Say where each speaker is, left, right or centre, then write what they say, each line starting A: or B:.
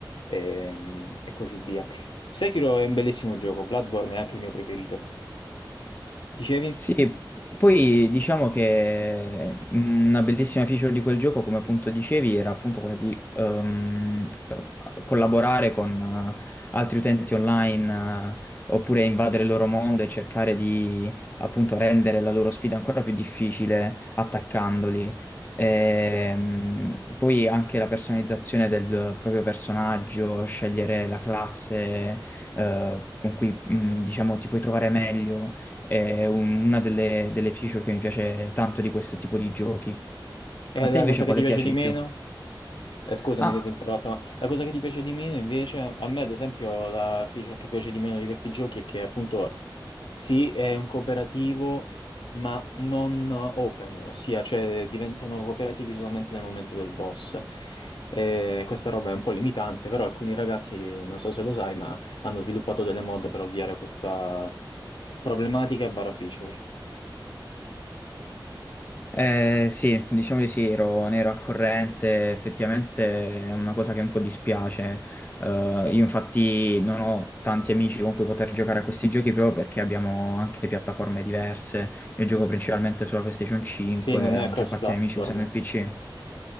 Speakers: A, on the left; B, on the left.
A: ehm, e così via. Sekiro è un bellissimo gioco, Bloodborne è anche il mio preferito. Dicevi?
B: Sì, poi diciamo che mhmm, una bellissima feature di quel gioco, come appunto dicevi, era appunto quella di ehm, collaborare con eh, altri utenti online, eh, oppure invadere il loro mondo e cercare di appunto rendere la loro sfida ancora più difficile attaccandoli. Ehm, poi anche la personalizzazione del proprio personaggio, scegliere la classe eh, con cui mm, diciamo ti puoi trovare meglio. È un- una delle, delle feature che mi piace tanto di questo tipo di giochi.
A: È
B: A te
A: la
B: invece
A: cosa che
B: quale
A: ti piace
B: piace
A: di
B: di
A: meno?
B: più?
A: Eh, scusami
B: Ah,
A: se ti ho interrotto, ma la cosa che ti piace di meno invece, a me ad esempio la feature che piace di meno di questi giochi è che appunto sì, è un cooperativo, ma non open, ossia cioè diventano cooperativi solamente nel momento del boss. Eh, questa roba è un po' limitante, però alcuni ragazzi, non so se lo sai, ma hanno sviluppato delle mod per ovviare questa problematica barra feature.
B: eh, sì, diciamo di sì, ero, ne ero al corrente, effettivamente è una cosa che un po' dispiace. Eh, io infatti non ho tanti amici con cui poter giocare a questi giochi proprio perché abbiamo anche piattaforme diverse. Io gioco principalmente sulla PlayStation 5,
A: Sì, non
B: la
A: è
B: maggior
A: cross-platform.
B: parte dei miei amici usano il PC.